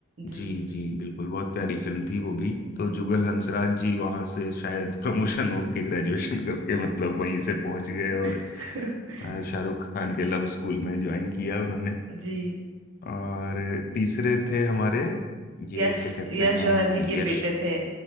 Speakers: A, on the right (about 80°); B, on the left (about 45°).
A: जी
B: जी जी बिल्कुल बहुत प्यारी फिल्म थी वो भी
A: जी
B: तो जुगल हंसराज जी वहां से शायद प्रमोशन होके ग्रेजुएशन करके मतलब वहीं से पहुंच गए
A: <laughs>
B: और अ, शाहरुख खान के लव स्कूल में ज्वाइन किया उन्होंने
A: जी
B: और तीसरे थे हमारे ये
A: यश
B: क्या कहते
A: यश
B: हैं
A: जौहर जी के
B: यश
A: बेटे थे